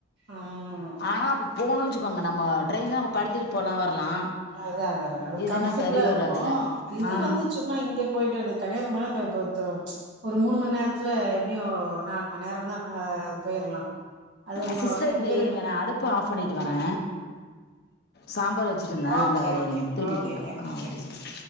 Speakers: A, on the right; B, on the left.
A: ம்
B: ஆனா போணுன் வச்சுக்கோங்க நம்ம ட்ரெயின்னா நம்ம படுத்துட்டு போலா வரலா
A: அதா அதா அதா அது
B: இதுன்னா
A: கம்ஃபர்ட்டபுளா
B: சரி
A: இருக்கு
B: வராதுல
A: இது
B: ஆ
A: வந்து சு சும்மா இங்க போயிட்டு வருது கன்னியாகுமனா ப போ தோ ஒரு மூணு மண் நேரத்துல எப்டியு நாலு மண் நேரோதா ஆ போயிரலா அது
B: அ
A: ம
B: சிஸ்டர்
A: ரெண்டு
B: இந்த
A: பேரு
B: இருங்க நா அடுப்பு ஆஃப் பண்ணிட்டு வரே சாம்பார் வச் வச்சுருந்த
A: ஓகே
B: இந்த வரே
A: ஓகே
B: இருங்க திருப்பி
A: ஓகே
B: கூப்புற்றே
A: தேங்க்யூ தேங்க்யூ
B: ஆ